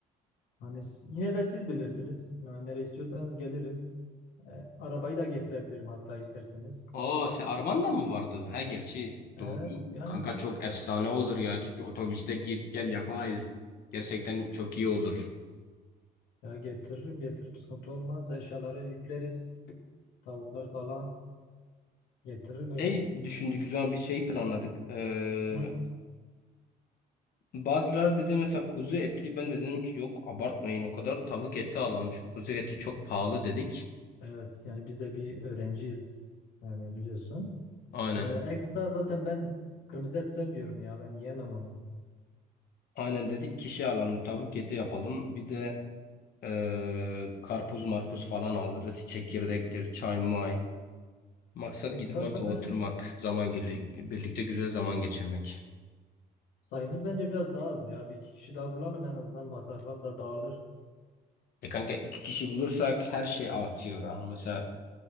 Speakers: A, on the left; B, on the left.
A: Hani s- yine de siz bilirsiniz. Yani nereye istiyorsanız gelirim. E, arabayı da getirebilirim hatta isterseniz.
B: Aa, sen arabandan mı vardı? Ha gerçi
A: Evet
B: doğru.
A: yani
B: Kanka çok efsane olur ya. Çünkü otobüste git gel yapamayız. Gerçekten çok iyi olur.
A: ya getiririm getiririm sıkıntı olmaz. Eşyaları yükleriz. Tavuklar falan getiririm öyle.
B: Şey düşündük, güzel bir şey planladık. Ee,
A: Hı?
B: bazıları dedi mesela kuzu eti. Ben de dedim ki yok abartmayın o kadar tavuk eti alalım. Çünkü kuzu eti çok pahalı dedik.
A: Evet yani biz de bir öğrenciyiz. Yani biliyorsun.
B: Aynen.
A: E, ekstra zaten ben kırmızı et sevmiyorum ya ben yiyemem onu.
B: Aynen dedik kişi alalım tavuk eti yapalım. Bir de ee, karpuz marpuz falan alırız. Çekirdektir, çay may. Maksat
A: Peki
B: gidip
A: kaç
B: orada
A: tane
B: oturmak, zaman gele- birlikte güzel zaman geçirmek.
A: sayımız bence biraz daha az ya. Bir iki kişi daha bulalım en azından masraflar da dağılır.
B: E kanka iki kişi bulursak her şey artıyor ha. Mesela